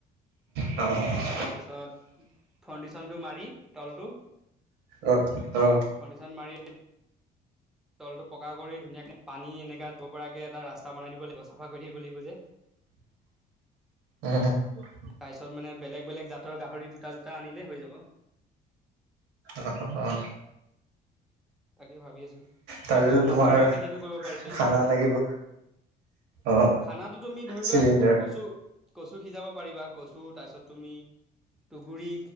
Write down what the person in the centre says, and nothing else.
তাৰপিছত ফাউণ্ডিশ্যনটো মাৰি তলটো।
ফাউণ্ডেশ্যন মাৰি তলটো পকা কৰি ধুনীয়াকে পানী এনেকা যাব পৰাকে এটা ৰাস্তা বনাই দিব লাগিব, চাফা কৰি থাকিব লাগিব যে।
তাৰ পিছত মানে বেলেগ বেলেগ জাতৰ গাহৰি দুটা দুটা আনিলে হৈ যাব।
তাকে ভাবি আছোঁ,
আকৌ
মাছৰুমৰ খেতিটো কৰিব পাৰি।
খানাটো তুমি ধৰি
লোৱা কচু কচু সিজাব পাৰিবা, কচু তাৰপিছত তুমি তু'হগুৰি